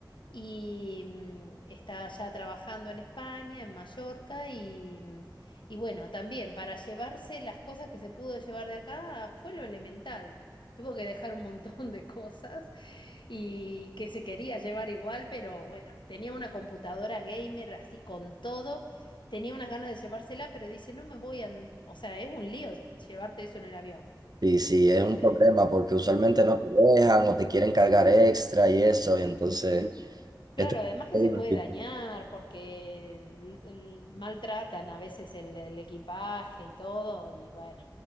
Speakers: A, on the left; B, on the right.
A: Y mm, está ya trabajando en España, en Mallorca, y, mm, y bueno, también para llevarse las cosas que se pudo llevar de acá fue lo elemental. Tuvo que dejar un montón de cosas y que se quería llevar igual, pero bueno, tenía una computadora gamer así con todo, tenía unas ganas de llevársela, pero dice, no me voy a... an- O sea, es un lío llevarte eso en el avión,
B: Y sí, es
A: ¿viste?
B: un problema porque usualmente no te dejan o te quieren cargar extra y eso. Y entonces,
A: Claro,
B: esto es
A: además que
B: todo
A: se
B: un
A: puede
B: lío.
A: dañar porque l- l- maltratan a veces el, el equipaje y todo, y bueno,